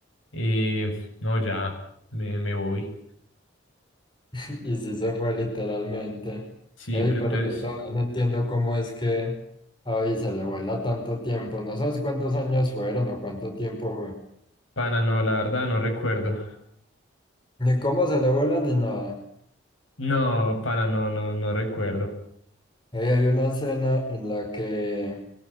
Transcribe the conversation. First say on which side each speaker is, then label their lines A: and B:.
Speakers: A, on the left (about 85°); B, on the left (about 25°).
A: Eh, no, ya, me, me voy.
B: <laughs> y sí se fue literalmente.
A: Sí,
B: Ey,
A: pero
B: pero
A: entonces,
B: yo todavía no entiendo cómo es que a Abby se le vuela tanto tiempo. No sabes cuántos años fueron o cuánto tiempo fue.
A: pana, no, la verdad no recuerdo.
B: Ni cómo se le vuela ni nada.
A: No, pana, no, no, no recuerdo.
B: Ey, hay una escena en la que